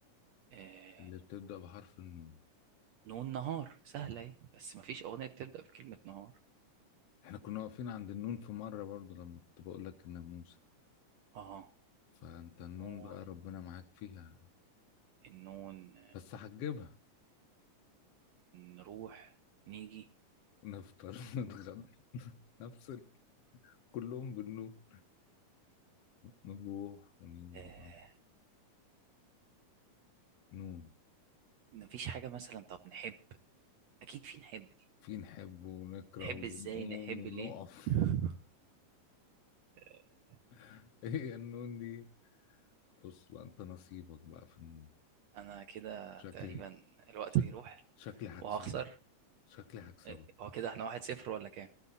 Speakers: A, on the right; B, on the left.
A: آه
B: اللي بتبدأ بحرف النون
A: نون نهار سهله اهي بس مفيش اغنيه بتبدا بكلمه نهار
B: احنا كنا واقفين عند النون في مرة برضو لما كنت بقول لك الناموسة
A: اه
B: فانت
A: نون
B: النون بقى ربنا معاك فيها
A: انه ن-
B: بس هتجيبها
A: نروح نيجي
B: نفطر <laughs> نتغدى نفصل كلهم بالنون نروح ونيجي
A: آه
B: نون
A: مفيش حاجة مثلا طب نحب اكيد في نحب دي
B: في نحب ونكره
A: نحب
B: ونقوم
A: ازاي نحب
B: ونقف
A: ليه <laughs> آه
B: <laughs> ايه النون دي بص بقى انت نصيبك بقى في النون
A: انا كده
B: شكلي
A: تقريبا الوقت
B: شك-
A: بيروح
B: شكلي هكسبك
A: وهخسر
B: شكلي هكسبك
A: آه، هو كده احنا واحد صفر ولا كام